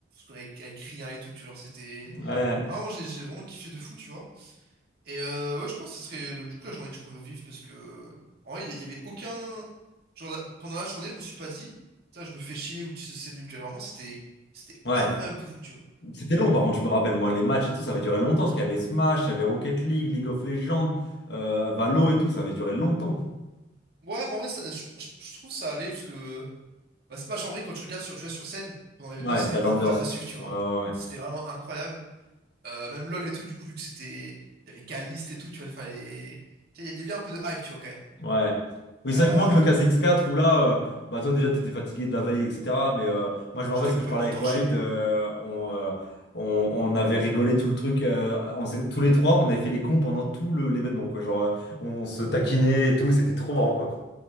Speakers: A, on the right; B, on the left.
A: avec, avec rien et tout, tu vois, alors c'était...
B: Ouais,
A: Ah, moi, j'ai j'ai vraiment kiffé de fou, tu vois. Et euh, ouais, je pense que ce serait bah, du coup la journée que je pourrais revivre parce que, en vrai, il y avait aucun... Genre, la- pendant la journée, je me suis pas dit, ça, je me fais chier ou tu sais, c'est nul, tu vois. alors, Vraiment, c'était c'était
B: ouais.
A: incroyable de fou, tu vois.
B: C'était long, par contre, je me rappelle, moi, les matchs et tout, ça avait duré longtemps. Parce qu'il y avait Smash, il y avait Rocket League, League of Legends, euh, Valo et tout, ça avait duré longtemps.
A: Ouais, mais en vrai, ça- je, je- je trouve ça allait, puisque Bah, Smash en vrai, quand tu regardes sur, tu vois, sur scène, pendant l'événement,
B: Ouais,
A: c'était
B: il y a de
A: incroyable
B: l'ambiance.
A: à suivre, tu
B: Ouais,
A: vois.
B: ouais, ouais.
A: C'était vraiment incroyable. Euh, même LoL et tout, du coup, vu que c'était. Il y avait Caliste et tout, tu vois, il fallait. tu sais, Il y avait un peu de hype, tu vois, quand même.
B: Ouais. Oui,
A: Euh,
B: c'est vrai que moins que le K C X quatre où là, euh, bah toi déjà t'étais fatigué de la veille, etc. Mais euh, moi je me
A: j'étais
B: rappelle ce
A: complètement
B: que je parlais avec
A: torché,
B: Wade,
A: moi.
B: euh, on, euh, on, on avait rigolé tout le truc, euh, on s'est- tous les trois, on avait fait les cons pendant tout le- l'événement, quoi. Genre euh, on se taquinait et tout, c'était trop marrant, quoi.